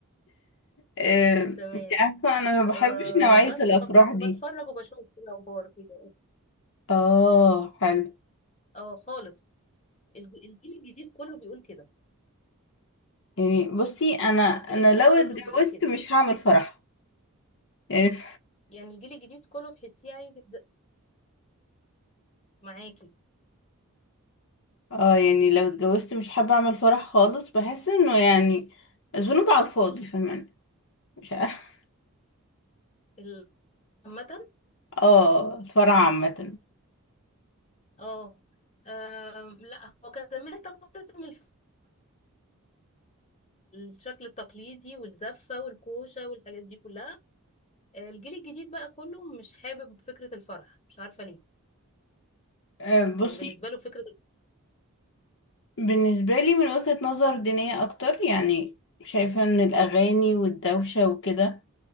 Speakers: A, on the left; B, on the left.
A: آه،
B: تمام
A: انت عارفة انا ما
B: أه
A: بحبش نوعية
B: بس
A: الافراح
B: فكنت
A: دي
B: بتفرج وبشوف كده اخبار كده
A: اه حلو
B: اه خالص الج- الجيل الجديد كله بيقول كده
A: يعني بصي انا انا
B: الجيل الجديد
A: لو
B: كله
A: اتجوزت
B: بيقول كده
A: مش هعمل فرح يعني <laughs>
B: يعني الجيل الجديد كله تحسيه عايز معاكي
A: اه يعني لو اتجوزت مش حابة اعمل فرح خالص بحس انه يعني ذنوب على الفاضي فاهماني مش عارفة
B: ال- عامة
A: <laughs> اه الفرح عامة
B: اه آم، لا هو كان زمان طبعا لازم الف- الشكل التقليدي والزفة والكوشة والحاجات دي كلها آه، الجيل الجديد بقى كله مش حابب فكرة الفرح مش عارفة ليه
A: آه، بصي
B: يعني بالنسبة له فكرة ال-
A: بالنسبة لي من وجهة نظر دينية اكتر يعني شايفة ان الاغاني والدوشة وكده